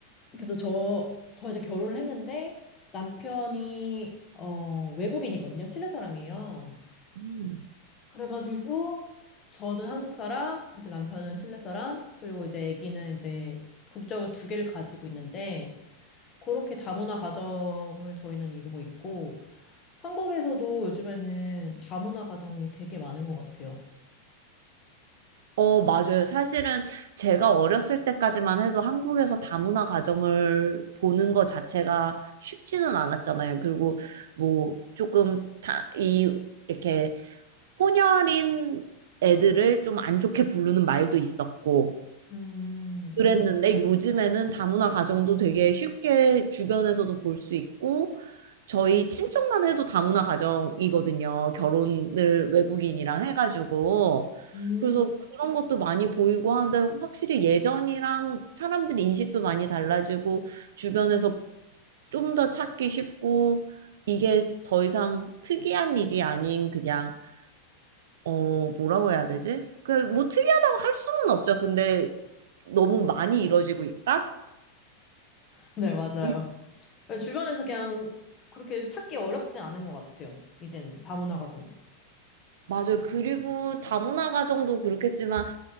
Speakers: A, on the left; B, on the right.
A: 그래서 저, 저 이제 결혼을 했는데, 남편이, 어, 외국인이거든요. 칠레 사람이에요.
B: 음.
A: 그래가지고, 저는 한국 사람, 이제 남편은 칠레 사람, 그리고 이제 아기는 이제 국적을 두 개를 가지고 있는데, 그렇게 다문화 가정을 저희는 이루고 있고, 한국에서도 요즘에는 다문화 가정이 되게 많은 것 같아요.
B: 어, 맞아요. 사실은 제가 어렸을 때까지만 해도 한국에서 다문화 가정을 보는 것 자체가 쉽지는 않았잖아요. 그리고 뭐 조금 다, 이, 이렇게 혼혈인 애들을 좀 안 좋게 부르는 말도 있었고,
A: 음.
B: 그랬는데 요즘에는 다문화 가정도 되게 쉽게 주변에서도 볼 수 있고 저희 친척만 해도 다문화 가정이거든요. 결혼을 외국인이랑 해가지고.
A: 음.
B: 그래서 그런 것도 많이 보이고 하는데 확실히 예전이랑 사람들이 인식도 많이 달라지고 주변에서 좀 더 찾기 쉽고 이게 더 이상 특이한 일이 아닌 그냥 어, 뭐라고 해야 되지? 그 뭐 특이하다고 할 수는 없죠. 근데 너무 많이 이루어지고 있다?
A: 네, 맞아요.
B: 음,
A: 주변에서 그냥 그렇게 찾기 어렵지 않은 것 같아요. 이제는 다문화 가정은.
B: 맞아요. 그리고 다문화 가정도 그렇겠지만